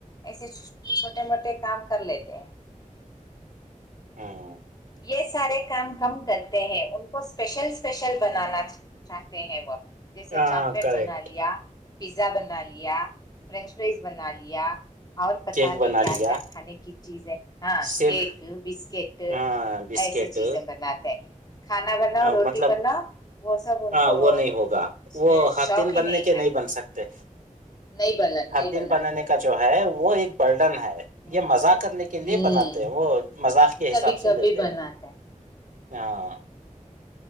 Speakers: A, on the left; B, on the right.
A: ایسے چھوٹے موٹے کام کر لیتے ہیں
B: ہاں
A: یہ سارے کام کم کرتے ہیں ان کو اسپیشل اسپیشل بنانا چاہتے ہیں وہ جیسے
B: ہاں
A: چاکلیٹ
B: کریکٹ
A: بنا لیا پیزا بنا لیا فرینچ فرائیز بنا لیا اور پت
B: کیک
A: نہیں
B: بنا
A: کیا
B: لیا
A: کیا کھانے کی چیزیں ہاں
B: صرف
A: کیک بسکٹ
B: ہاں بسکٹ
A: ایسے چیزیں بناتے ہیں کھانا بناؤ
B: آ،
A: روٹی
B: مطلب
A: بناؤ وہ سب ان
B: ہاں
A: کو
B: وہ نہیں ہوگا
A: اس
B: وہ
A: میں
B: ہر
A: شوق
B: دن
A: ہی
B: بننے
A: نہیں
B: کے
A: ہے
B: بن سکتے
A: نہیں بنا
B: ہر
A: نہیں
B: دن
A: بناتے
B: بنے کا جو ہے وہ ایک برڈن ہے
A: ہ
B: یہ مزاق کرنے کے
A: ہ
B: لے بناتے ہیں وہ مذاق کے
A: کبھی
B: حساب
A: کبھی
B: سے لیتے
A: بناتے
B: ہیں ہاں